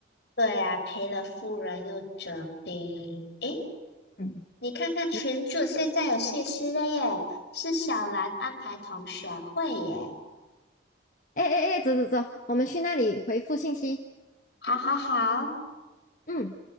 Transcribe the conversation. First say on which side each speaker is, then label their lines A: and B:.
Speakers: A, on the left (about 70°); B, on the left (about 45°).
A: 对呀，赔了夫人又折兵。诶，
B: 嗯
A: 你看看群主现在有信息了耶，
B: 嗯，
A: 是小兰安排同学会耶。
B: 哎哎哎，诶走走走，我们去那里回复信息。
A: 好好好，
B: 嗯。